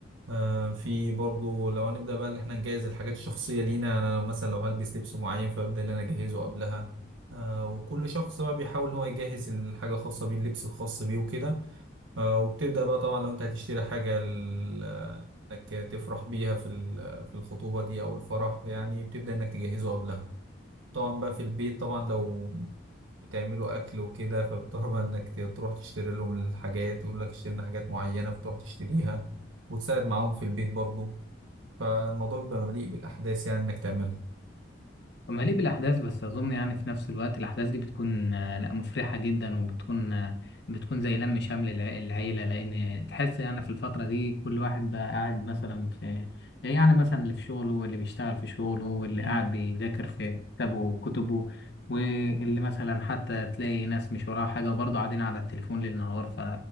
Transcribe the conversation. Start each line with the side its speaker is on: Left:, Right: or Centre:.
Right: آه في برضو لو هنبدأ بقى إن إحنا نجهز الحاجات الشخصية لينا يعني أنا لو مثلا لو هلبس لبس معين فببدأ إن أنا أجهزه قبلها آه وكل شخص بقى بيحاول إن هو يجهز الحاجة الخاصة بيه اللبس الخاص بيه وكده آه وبتبدأ بقى طبعا لو أنت هتشتري حاجة ال- آه، إنك تفرح بيها في ال- في الخطوبة دي أو الفرح يعني بتبدأ إنك تجهزه قبلها طبعا بقى في البيت طبعا لو بتعملوا اكل وكده فبتضطر بقى انك ت- تروح تشتري لهم الحاجات يقول لك اشتري لنا حاجات معينه فتروح تشتريها وتساعد معاهم في البيت برضو فالموضوع بيبقى مليء بالاحداث يعني انك تعملها
Left: مليء بالأحداث بس أظن يعني في نفس الوقت الأحداث دي بتكون آه، لا مفرحة جدا وبتكون آه، بتكون زي لم شمل الع- العيلة لأن تحس يعني في الفترة دي كل واحد بقى قاعد مثلا في يعني مثلا اللي في شغله واللي بيشتغل في شغله واللي
Right: مم.
Left: قاعد بيذاكر في كتابه وكتبه واللي مثلا حتى تلاقي ناس مش وراها حاجة وبرضه قاعدين على التليفون ليل نهار ف